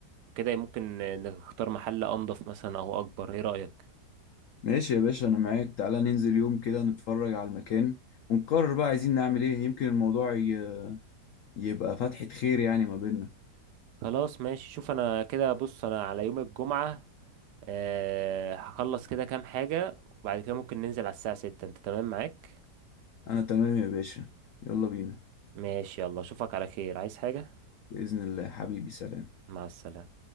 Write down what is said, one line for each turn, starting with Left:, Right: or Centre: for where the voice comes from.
Right: وكده ممكن نختار محل انضف مثلا او اكبر ايه رأيك
Left: ماشي يا باشا انا معاك تعالى ننزل يوم كده نتفرج على المكان ونقرر بقى عايزين نعمل ايه يمكن الموضوع ي- يبقى فتحة خير يعني ما بيننا
Right: خلاص ماشي شوف انا كده بص انا على يوم الجمعة أه هخلص كده كام حاجة وبعد كده ممكن ننزل على الساعة ستة انت تمام معاك
Left: انا تمام يا باشا يلا بينا
Right: ماشي يلا اشوفك على خير عايز حاجة
Left: بإذن الله حبيبي سلام
Right: مع السلامة